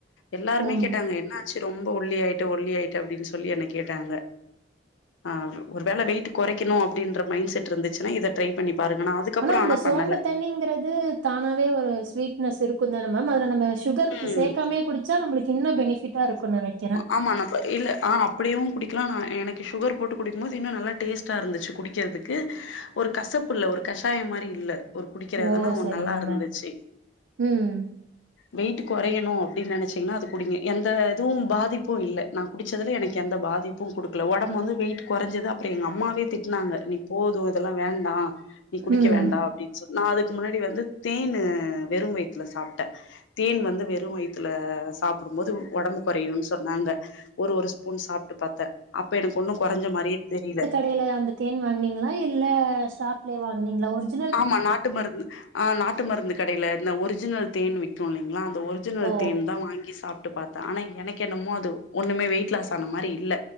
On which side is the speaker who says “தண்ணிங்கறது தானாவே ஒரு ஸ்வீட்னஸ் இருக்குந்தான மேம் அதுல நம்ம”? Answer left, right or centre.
Right